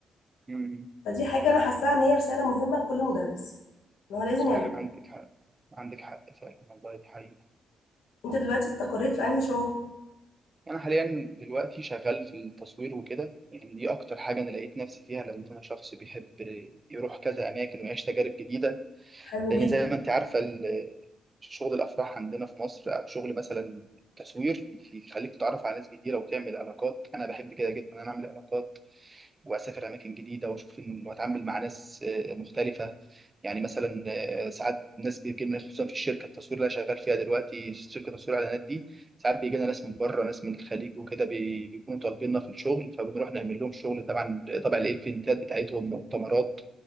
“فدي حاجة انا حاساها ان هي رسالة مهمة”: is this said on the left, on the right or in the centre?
Left